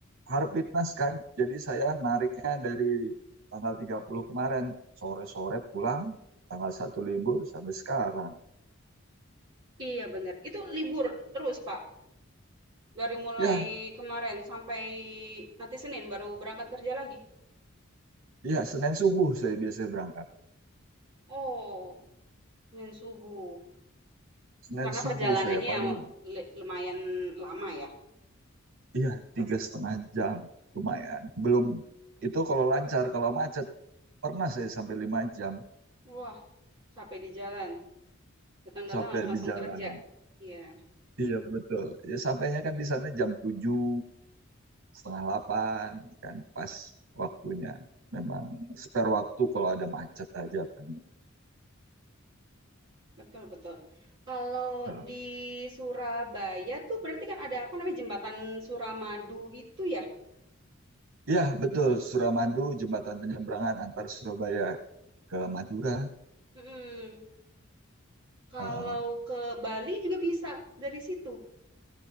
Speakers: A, on the right; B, on the right.
A: Harpitnas kan. Jadi saya nariknya dari tanggal 30 kemarin, sore-sore pulang, tanggal satu libur sampai sekarang.
B: iya bener. Itu libur terus, Pak? Dari mulai
A: Ya,
B: kemarin sampai nanti Senin baru berangkat kerja lagi.
A: iya Senin subuh saya biasanya berangkat.
B: Oh, Senin subuh.
A: Senin
B: Karena
A: subuh
B: perjalanannya
A: saya paling,
B: le- lumayan lama ya.
A: iya tiga setengah jam, lumayan. Belum itu kalau lancar, kalau macet pernah saya sampai lima jam
B: Wah, capek di jalan. Datang-datang
A: sampai
B: harus langsung
A: di jalan.
B: kerja. Iya,
A: Iya betul. Ya sampainya kan di sana jam tujuh. setengah delapan kan pas waktunya memang spare waktu kalau ada macet aja kan
B: betul betul. Kalau
A: uh,
B: di Surabaya tuh berarti kan ada apa namanya jembatan Suramadu itu ya?
A: ya betul Suramadu jembatan penyeberangan antar Surabaya ke Madura
B: Mm-mm. Kalau
A: uh,
B: ke Bali juga bisa dari situ.